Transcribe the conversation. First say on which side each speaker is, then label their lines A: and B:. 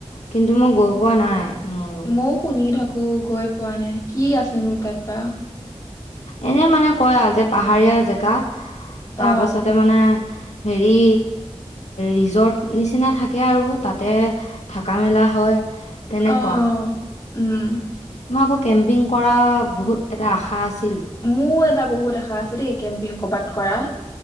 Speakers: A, on the left; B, on the left.
A: কিন্তু মই গৈ পোৱা নাই মোৰ।
B: মইও শুনি থাকো গৈ পোৱা নাই কি আছেনো তাত বা?
A: এনে মানে কয় আও যে পাহাৰীয়া জেগা তাৰ
B: অ
A: পাছতে মানে মানে হেৰি ৰিজৰ্ট নিচিনা থাকে আৰু তাতে থাকা মেলা হয়। তেনেকুৱা।
B: অ অ উম
A: মই আকৌ কেম্পিং কৰা বহুত এটা আশা আছে।
B: মোও এটা বহুত আশা আছে দেই কেম্পিং কৰবাত কৰা।